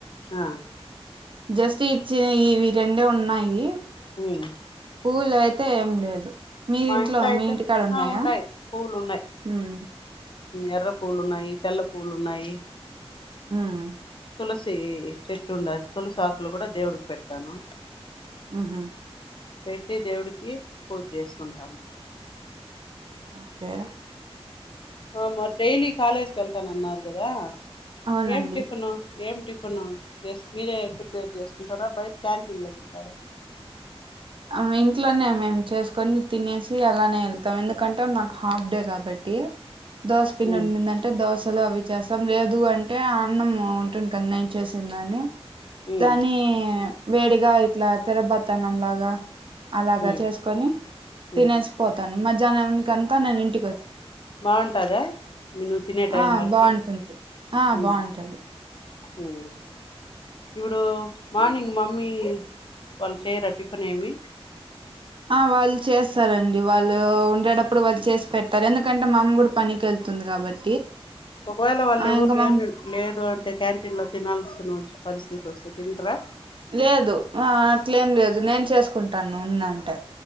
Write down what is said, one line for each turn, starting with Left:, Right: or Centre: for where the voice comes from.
Left: ఆ
Right: జస్ట్ ఇచ్చిన ఇవి రెండే ఉన్నాయి
Left: ఉమ్
Right: పూలు అయితే ఏం లేదు మీది
Left: మా
Right: ఇంట్లో
Left: అయితే
Right: మీ ఇంటికాడ ఉన్నాయా
Left: ఆ ఉండాయి పూలు ఉన్నాయి
Right: ఉమ్
Left: ఎర్ర పూవ్వులు ఉన్నాయి తెల్ల పూవ్వులు ఉన్నాయి
Right: ఉమ్
Left: తులసి చెట్టు ఉండా తులసి ఆకులు కూడా దేవుడికి పెడతాను
Right: ఉహుమ్
Left: పెట్టి దేవుడికి పూజ చేసుకుంటాము
Right: ఒకే
Left: ఆ మరి డైలీ కాలేజ్ కి వెళ్ళాతా అన్నారు కదా
Right: అవునండి
Left: ఏం టిఫను ఏం టిఫిన్ మీరే ప్రిపేర్ చేసుకుంటారా బయట క్యాంటీన్ లో తింటారా
Right: ఆ ఇంట్లోనే మేము చేసుకొని తినేసి అలానే వెళ్తాం ఎందుకంటే నాకు హాఫ్ డే కాబట్టి కి దోశ పిండి
Left: ఉమ్
Right: ఉండిదంటే దోశ అసలు అవి చేస్తాం లేదు అంటే అన్నము ఉంటుంది కదా నేను చేసిందని
Left: ఉమ్
Right: దాని వేడిగా ఇట్లా తెరబతన్నం లాగా అలాగా
Left: ఉమ్
Right: చేసుకొని తినేసి
Left: ఉమ్
Right: పోతాను మధ్యాహ్నాకంతా నేను ఇంటికి వచ్చా
Left: బాగుంటందా నువ్వు తినే టైం
Right: ఆ
Left: వరకి
Right: బాగుంటుంది ఆ
Left: ఉమ్
Right: బాగుంటుంది
Left: హమ్ ఇప్పుడు మార్నింగ్ మమ్మీ వాళ్ళు చేయరా టిఫిన్ ఏమి
Right: ఆ వాళ్ళు చేస్తారండి వాళ్ళు ఉండేటప్పుడు వాళ్ళు చేసి పెట్టారు ఎందుకంటే మా అమ్మ కూడా పనికి వెళ్తుంది కాబట్టి
Left: ఒకవేళ వాళ్ళు
Right: ఆ
Left: ఎవరు
Right: ఇంకా
Left: లేరు
Right: మా
Left: లేరు లేదు అంటే క్యాంటీన్ లో తినాల్స్తున్నా పరిస్థితి వస్తే పిలుద్ర
Right: లేదు ఆ అట్లేం లేదు నేను చేసుకుంటాను ఉందంటే